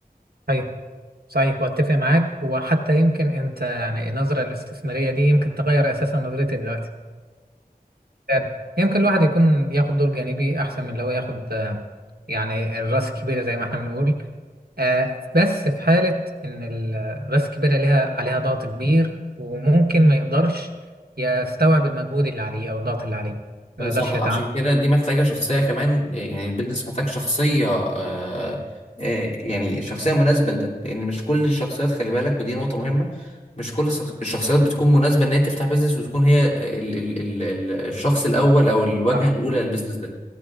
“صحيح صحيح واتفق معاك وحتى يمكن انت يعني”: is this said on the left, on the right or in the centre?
Right